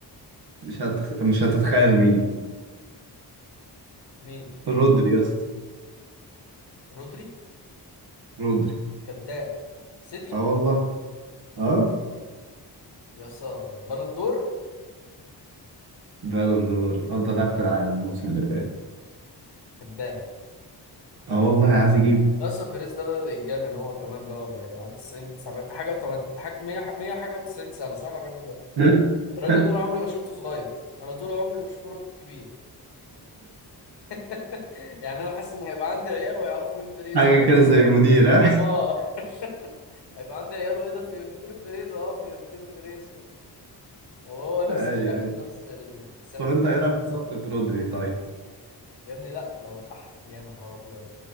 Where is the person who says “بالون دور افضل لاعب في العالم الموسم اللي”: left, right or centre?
Right